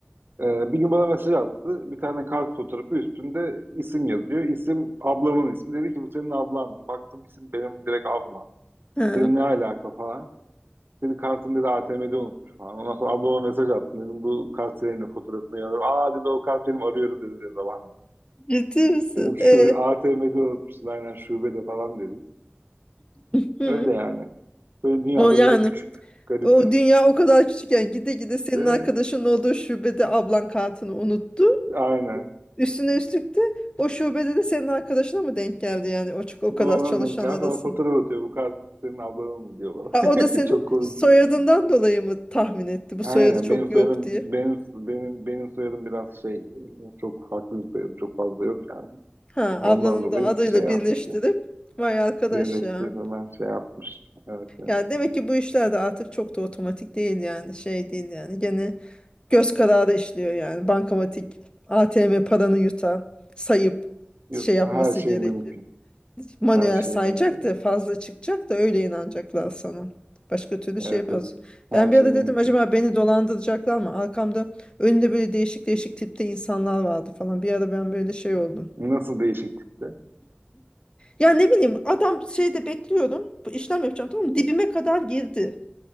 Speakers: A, on the right; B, on the left.
A: Ee, bir gün bana mesaj attı. Bir tane kart fotoğrafı üstünde isim yazıyor. İsim ablamın ismi. Dedi ki bu senin ablan. Baktım isim benim direkt ablam.
B: Hı.
A: Dedim ne alaka falan. Dedi kartını dedi A T M'de unutmuş falan. Ondan sonra ablama mesaj attım. Dedim bu kart senin fotoğrafını yazıyorum. Aa dedi o kart benim arıyorum dedi dedi babam.
B: Ciddi misin?
A: Dedim şu
B: E?
A: A T M'de unutmuşsun aynen şubede falan dedim.
B: Hı.
A: Öyle yani. Böyle dünyada
B: O yani
A: böyle küçük garip.
B: o dünya o kadar küçükken gide gide senin
A: Ee,
B: arkadaşın olduğu şubede ablan kartını unuttu.
A: aynen.
B: Üstüne üstlük de o şubede de senin arkadaşına mı denk geldi yani o, çok- o kadar
A: Ona
B: çalışan
A: denk gelmiş.
B: arasında?
A: Ona fotoğraf atıyor. Bu kart senin ablanın mı diyor bana.
B: Ha, o da senin
A: <laughs> Çok komik.
B: soyadından dolayı mı tahmin etti bu soyadı
A: Aynen
B: çok
A: benim
B: yok
A: soyadım
B: diye?
A: benim benim benim soyadım biraz şey çok farklı bir soyadım. Çok fazla yok yani.
B: Ha,
A: Ondan
B: ablanın
A: dolayı
B: da adıyla
A: şey yapmış
B: birleştirip
A: ya.
B: vay arkadaş
A: Birleştirip
B: ya.
A: hemen şey yapmış. Evet evet.
B: Ya demek ki bu işler de artık çok da otomatik değil yani şey değil yani gene göz kararı işliyor yani bankamatik ATM paranı yutar sayıp
A: Yok,
B: şey yapması
A: her şey
B: gerekir.
A: mümkün.
B: Manuel
A: Her şey
B: sayacak
A: mümkün.
B: da fazla çıkacak da öyle inanacaklar sana. Başka türlü
A: Evet
B: şey yapamaz.
A: evet. evet. Her
B: Ben bir
A: şey
B: ara
A: mümkün.
B: dedim acaba beni dolandıracaklar mı? Arkamda önünde böyle değişik değişik tipte insanlar vardı falan. Bir ara ben böyle şey oldum.
A: Nasıl değişiklikte?
B: Ya ne bileyim adam şeyde bekliyorum. Bu işlem yapacağım tamam mı? Dibime kadar girdi.